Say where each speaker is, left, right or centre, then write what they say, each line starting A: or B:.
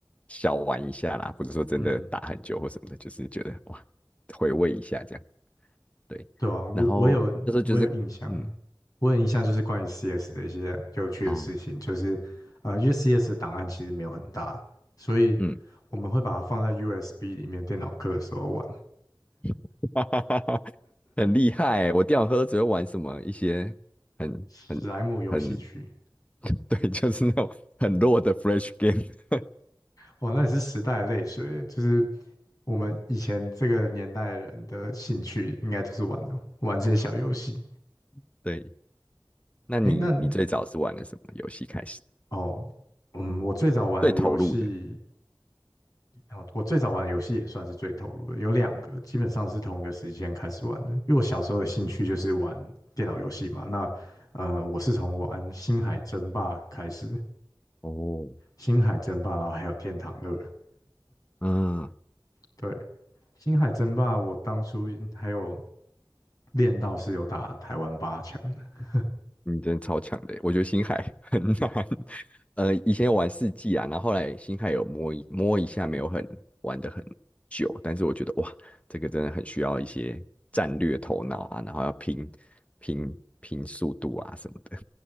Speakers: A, on the left (about 15°); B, on the left (about 50°).
A: 小玩一下啦，不是说真的打很久或什么的，
B: <laughs> 嗯，
A: 就是觉得哇回味一下这样。对，
B: 对啊，我我有我有印象，
A: 然后那时候就是嗯
B: 我有印象就是关于 CS 的一些有趣的事情，
A: 啊
B: 就是呃，因为 CS 的档案其实没有很大，所以我们会把它放在
A: 嗯，
B: USB 里面电脑课的时候玩，
A: <laughs> 哈哈哈哈很厉害欸，我电脑科只会玩什么一些很很很
B: 史莱姆游戏区。
A: <laughs> 对，就是那种很弱的 Flash game。
B: 哦，那也是时代的泪水，就是我们以前这个年代的人的兴趣应该就是玩哦，玩这些小游戏。
A: <laughs> 对，那你你最早是玩的什么游戏开始？
B: 诶，那哦，嗯，我最早玩的游戏
A: 最投入的？
B: 然后我最早玩的游戏也算是最投入的，有两个基本上是同一个时间开始玩的。因为我小时候的兴趣就是玩电脑游戏嘛，那呃，我是从玩《星海争霸》开始，
A: 哦，
B: 《星海争霸》，然后还有《天堂二》。
A: 嗯，
B: 对，《星海争霸》我当初还有练到是有打台湾八强的。
A: 嗯，真的超强的耶我觉得星海 <laughs> 很难。呃，以前有玩四季啊，然后后来星海有摸一摸一下，没有很玩的很久，但是我觉得哇，这个真的很需要一些战略头脑啊，然后要拼拼拼速度啊什么的。